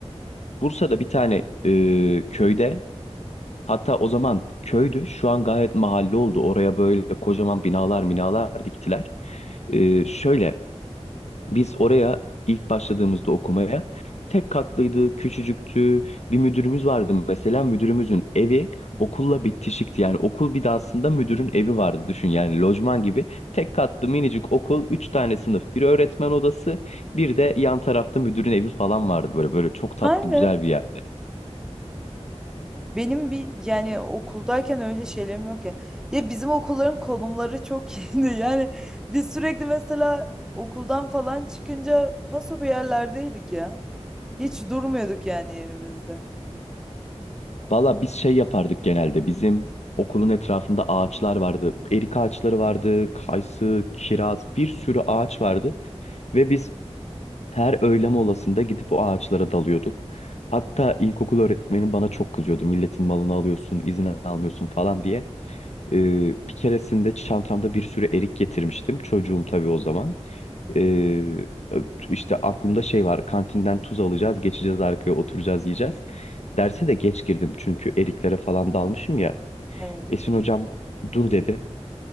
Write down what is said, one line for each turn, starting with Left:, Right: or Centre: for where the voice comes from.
Left: Bursa'da bir tane e, köyde hatta o zaman köydü şu an gayet mahalle oldu. Oraya böyle kocaman binalar binalar diktiler. E, şöyle. Biz oraya ilk başladığımızda okumaya tek katlıydı, küçücüktü. Bir müdürümüz vardı mesela müdürümüzün evi okulla bitişikti. Yani okul binasında müdürün evi vardı düşün yani lojman gibi. Tek katlı minicik okul, üç tane sınıf, bir öğretmen odası, bir de yan tarafta müdürün evi falan vardı böyle böyle çok tatlı
Centre: Nerede?
Left: güzel bir yerdi.
Centre: Benim bir yani okuldayken öyle şeylerim yok ya. Ya bizim okulların konumları çok <laughs> iyiydi. Yani biz sürekli mesela okuldan falan çıkınca paso bir yerlerdeydik ya. Hiç durmuyorduk yani yerimizde.
Left: Valla biz şey yapardık genelde. Bizim okulun etrafında ağaçlar vardı. Erik ağaçları vardı, kayısı, kiraz, bir sürü ağaç vardı. Ve biz her öğle molasında gidip o ağaçlara dalıyorduk. Hatta ilkokul öğretmenim bana çok kızıyordu. Milletin malını alıyorsun, izin almıyorsun falan diye. Ee, bir keresinde çantamda bir sürü erik getirmiştim. Çocuğum tabii o zaman. Ee, işte aklımda şey var. Kantinden tuz alacağız, geçeceğiz arkaya, oturacağız, yiyeceğiz. Derse de geç girdim çünkü eriklere falan dalmışım ya.
Centre: Evet.
Left: Esin hocam dur dedi.